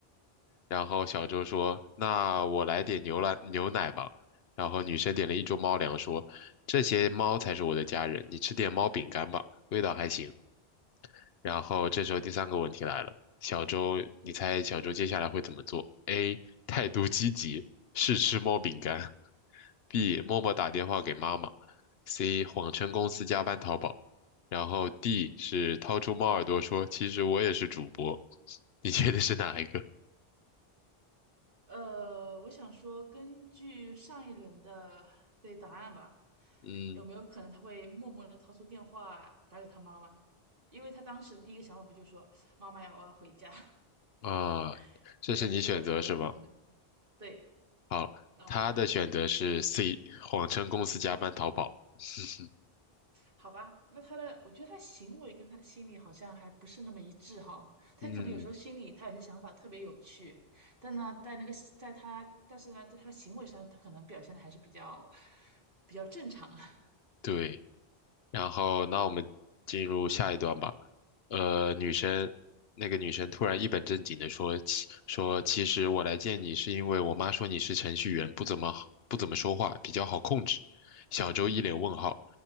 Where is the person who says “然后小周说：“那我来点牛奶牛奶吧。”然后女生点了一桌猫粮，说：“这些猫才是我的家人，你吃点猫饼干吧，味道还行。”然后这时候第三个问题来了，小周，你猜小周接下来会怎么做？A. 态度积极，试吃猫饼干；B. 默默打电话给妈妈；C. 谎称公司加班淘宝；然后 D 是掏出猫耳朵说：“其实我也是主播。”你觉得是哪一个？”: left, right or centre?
Left